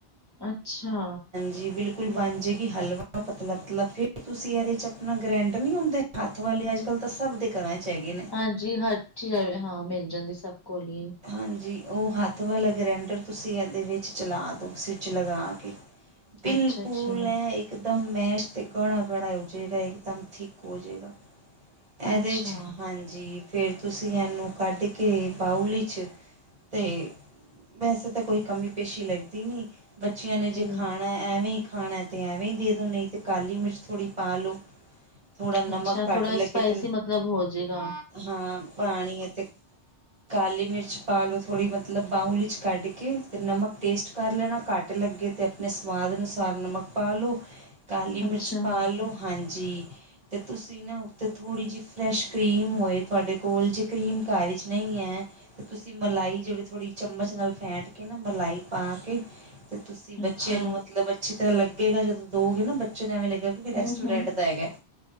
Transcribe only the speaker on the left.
ਅੱਛਾ।
ਹਾਂਜੀ, ਹਰ ਚੀਜ਼ ਹਾਂ ਮਿਲ ਜਾਂਦੀ ਸਭ ਕੋਲ ਹੀ।
<inaudible>
ਅੱਛਾ-ਅੱਛਾ।
ਅੱਛਾ, ਅੱਛਾ।
ਹੂੰ
ਅੱਛਾ
ਥੋੜਾ
ਸਪਾਈਸੀ
ਮਤਲਬ ਹੋ ਜੇਗਾ।
ਅੱਛਾ।
ਅੱਛਾ,
ਹੂੰ-ਹੂੰ,